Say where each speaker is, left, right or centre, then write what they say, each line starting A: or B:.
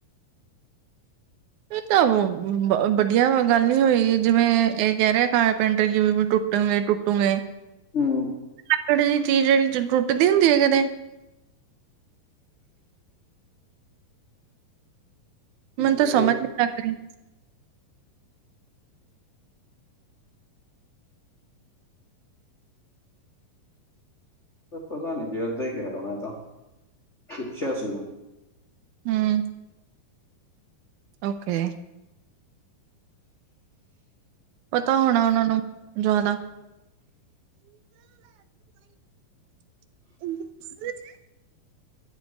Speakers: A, on the right (about 75°); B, on the left (about 70°).
A: ਇਹ ਤਾਂ ਓ, ਵਧੀਆ ਗੱਲ ਨੀ ਹੋਈ। ਜਿਵੇਂ ਇਹ ਕਹਿ ਰਿਹਾ ਕਾਰਪੈਂਟਰ, ਕਿ ਵੀ ਟੁੱਟਣਗੇ ਟੁੱਟ ਟੂਟੇ
B: ਹੂੰ
A: ਲੱਕੜ ਦੀ ਚੀਜ਼ ਜਿਹੜੀ ਟੁੱਟਦੀ ਹੁੰਦੀ ਹੈ ਕਦੇ?
B: ਬੋਲੋ,
A: ਮੈਨੂੰ ਤੂੰ, ਸਮਝ ਨ ਲੱਗ ਰੀ
B: ਪਤਾ ਨੀ, ਜੇ ਏਦਾਂ ਹੀ ਕਿਹ ਰਿਹਾ ਮੈ ਤਾਂ। ਪੁੱਛਿਆ ਸੀ ਉਨੂੰ
A: ਹੂੰ ਓਕੇ। ਪਤਾ ਹੋਣਾ, ਉਨਾ ਨੂੰ ਜ਼ਿਆਦਾ। <unintelligible>